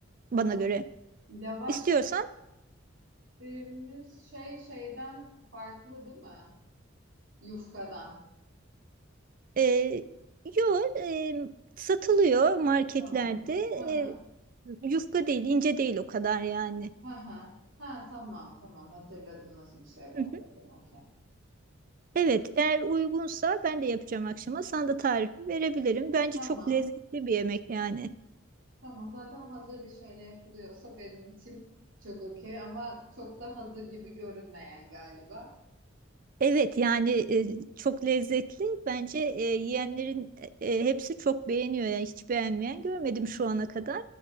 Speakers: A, on the right (about 45°); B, on the right (about 70°).
A: bana
B: Tamam.
A: göre.
B: Lavaş
A: İstiyorsan
B: dediğimiz şey şeyden farklı değil mi? Yufkadan.
A: e, yo e, satılıyor marketlerde.
B: Tamam.
A: E,
B: Hı hı.
A: yufka değil, ince değil o kadar yani.
B: Hı hı. Ha tamam tamam hatırladım nasıl bir şeye benzediğini.
A: Hı hı.
B: Okey.
A: Evet, eğer uygunsa ben de yapacağım akşama. Sana da tarifi verebilirim. Bence
B: Tamam.
A: çok lezzetli bir yemek yani.
B: Tamam zaten hazır bir şeyle yapılıyorsa benim için çok okey ama çok da hazır gibi görünmeyen galiba.
A: Evet yani e, çok lezzetli. Bence e, yiyenlerin e, e, hepsi çok beğeniyor. Yani hiç beğenmeyen görmedim şu ana kadar.